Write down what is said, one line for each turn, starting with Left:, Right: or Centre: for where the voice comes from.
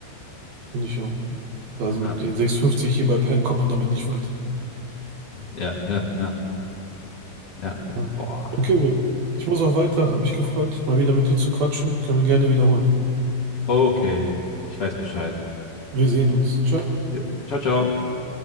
Right: finde ich auch. Also
Left: Ja,
Right: mit den 6,50 hier bei Penn kommt man damit nicht weit.
Left: ja, ja, ja, ja.
Right: Ja.
Left: Boah.
Right: Okay, Uwe. Ich muss auch weiter. Hat mich gefreut, mal wieder mit dir zu quatschen. Können wir gerne wiederholen.
Left: Okay, ich weiß Bescheid.
Right: Wir sehen uns. Ciao.
Left: Ja. Ciao, ciao.